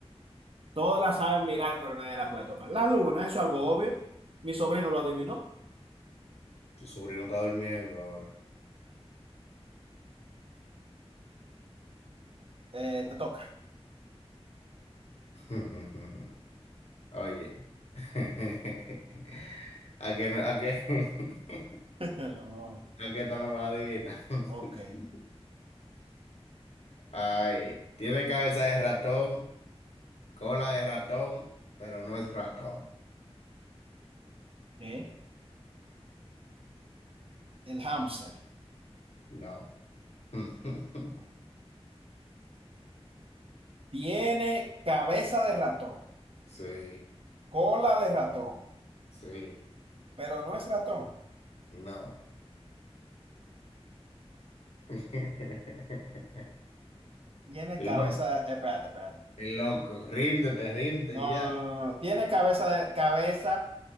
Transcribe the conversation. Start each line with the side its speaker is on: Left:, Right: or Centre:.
Right: Todas la saben mirar, pero nadie la puede tocar. La luna, eso es algo obvio. Mi sobrino lo adivinó.
Left: Tu sobrino está durmiendo ahora.
Right: Eh, te toca.
Left: <laughs> Oye. <laughs> ¿A qué, no- a qué, <laughs>
Right: <laughs> Oh,
Left: a qué esta no me la adivina? <laughs>
Right: ok.
Left: Ay, tiene cabeza de ratón. Cola de ratón, pero no es ratón.
Right: ¿Qué? El hámster
Left: No. <laughs>
Right: tiene cabeza de ratón,
Left: Sí,
Right: cola de ratón,
Left: sí,
Right: pero no es ratón.
Left: no. <laughs>
Right: Tiene
Left: Loco,
Right: cabeza de... eh, Espérate, espérate.
Left: el loco. Ríndete, ríndete
Right: No,
Left: y ya.
Right: no, no, no, no. Tiene cabeza de, cabeza